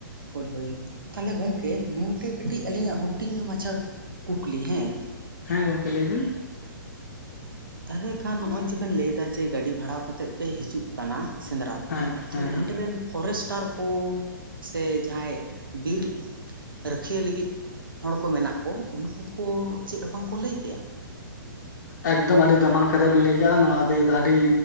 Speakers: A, on the right; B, on the left.
A: ᱦᱳᱭ ᱦᱳᱭ ᱛᱟᱦᱚᱞᱮ ᱜᱚᱢᱠᱮ ᱱᱚᱝᱠᱮ ᱠᱟᱹᱴᱤᱡ ᱟᱹᱞᱤᱧᱟᱜ ᱦᱩᱰᱤᱧ ᱧᱚᱜ ᱢᱟᱪᱷᱟ ᱠᱩᱠᱞᱤ ᱦᱮᱸ
B: ᱦᱮᱸ ᱜᱚᱢᱠᱮ ᱞᱟᱹᱭᱵᱤᱱ
A: ᱛᱟᱦᱚᱞᱮ ᱠᱷᱟᱱ ᱱᱚᱜ ᱚᱭ ᱡᱮᱵᱮᱱ ᱞᱟᱹᱭ ᱮᱫᱟ ᱡᱮ ᱜᱟᱹᱰᱤ ᱵᱷᱟᱲᱟ ᱠᱟᱛᱮᱜ ᱯᱮ ᱦᱤᱡᱩᱜ ᱠᱟᱱᱟ ᱥᱮᱸᱫᱽᱨᱟ
B: ᱦᱮᱸ
A: ᱛᱚ
B: ᱦᱮᱸ ᱦᱮᱸ
A: ᱚᱸᱰᱮ ᱨᱮᱱ ᱯᱷᱚᱨᱮᱥᱴᱟᱨ ᱠᱚ ᱥᱮ ᱡᱟᱦᱟᱸᱭ ᱵᱤᱨ ᱨᱟᱹᱠᱷᱤᱭᱟᱹ ᱞᱟᱹᱜᱤᱫ ᱦᱚᱲ ᱠᱚ ᱢᱮᱱᱟᱜ ᱠᱚ ᱩᱱᱠᱩ ᱠᱚ ᱪᱮᱫ ᱦᱚᱸ ᱵᱟᱝ ᱠᱚ ᱞᱟᱹᱭ ᱠᱮᱭᱟ
B: ᱮᱠᱫᱚᱢ ᱟᱹᱰᱤ ᱫᱟᱢᱟᱱ ᱠᱟᱛᱷᱟ ᱵᱤᱱ ᱞᱟᱹᱭ ᱟᱠᱟᱫ-ᱟ ᱱᱚᱣᱟ ᱫᱤᱭᱟᱹ ᱫᱚ ᱟᱹᱰᱤ